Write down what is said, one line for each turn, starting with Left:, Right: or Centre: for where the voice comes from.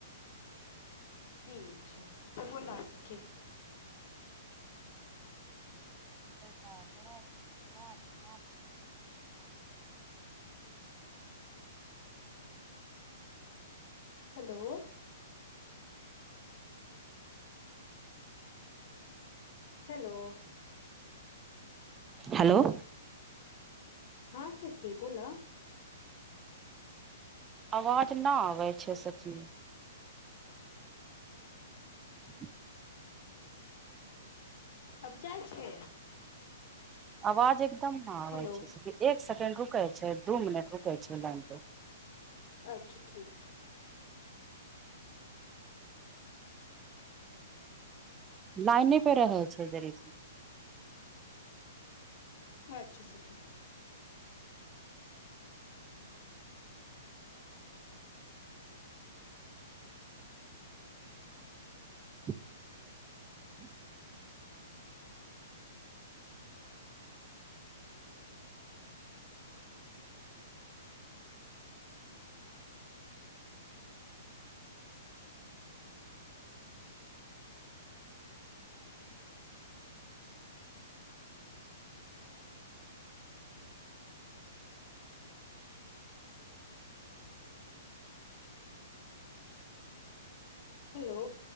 Left: ठीक छै, त बोला सखी।
Right: बड़ा <unintelligible>
Left: हलो! हेलो!
Right: हेलो!
Left: हँ सखी! बोलह।
Right: आवाज ना आबै छै सखी? ह <inaudible>
Left: अब जाइ छै।
Right: आवाज एकदम ना आबै
Left: हेलो
Right: छै से, एक सेकेण्ड रुकल छै दू मिनट रुकल छै लाइनपर।
Left: अच्छा ठीक छै।
Right: लाइने प रहै छै, जेरे
Left: अच्छा सखी।
Right: <inaudible>
Left: हेलो!